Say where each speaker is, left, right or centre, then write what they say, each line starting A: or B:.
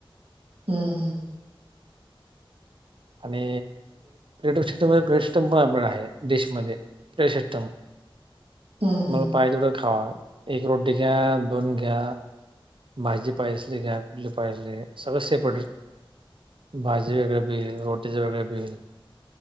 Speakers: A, on the right (about 80°); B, on the right (about 60°).
A: हूं हूं
B: आणि <unintelligible> सिस्टम पण आहे डिशमध्ये पे सिस्टम.
A: हं,
B: तुम्हाला
A: हं.
B: पाहिजे तेवढं खावा एक रोटी घ्या दोन घ्या. भाजी पायजी असली घ्या कुठली पायजे असली सगळं सेप्रेट. भाजी वेगळे बील रोटीच वेगळे बील.